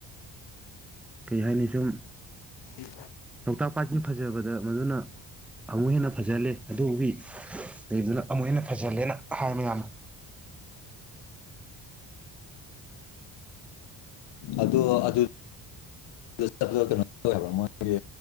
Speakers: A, in the centre; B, on the left.
A: ꯀꯩ ꯍꯥꯏꯅꯤ ꯁꯨꯝ
B: ꯎꯝ
A: ꯂꯣꯛꯇꯥꯛ ꯄꯥꯠꯀꯤ ꯐꯖꯕꯗ ꯃꯗꯨꯅ ꯑꯃꯨꯛ ꯍꯦꯟꯅ ꯐꯖꯍꯜꯂꯦ ꯑꯗꯨꯒꯤ ꯀꯩꯗꯨꯅ ꯑꯃꯨꯛ ꯍꯦꯟꯅ ꯐꯖꯜꯂꯦꯅ ꯍꯥꯏ ꯃꯌꯥꯝꯅ
B: ꯑꯗꯨꯗꯣ ꯑꯗꯨ ꯆꯠꯄꯗ ꯀꯩꯅꯣ ꯇꯧꯋꯦ ꯍꯥꯏꯕ꯭ꯔꯥ ꯃꯣꯏꯒꯤ